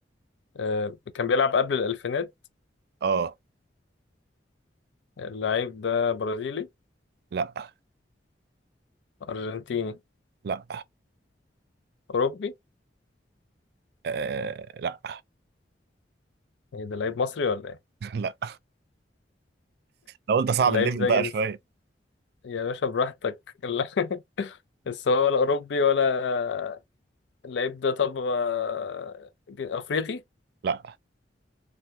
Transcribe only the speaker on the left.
آه، كان بيلعب قبل الألفينات
اللعيب ده برازيلي
أرجنتيني
أوروبي
ايه ده لعيب مصري ولا ايه
اللعيب
ده
جنس
يا باشا براحتك <laughs> لا، بس هو ولا أوروبي ولا اللعيب ده طب آه، أفريقي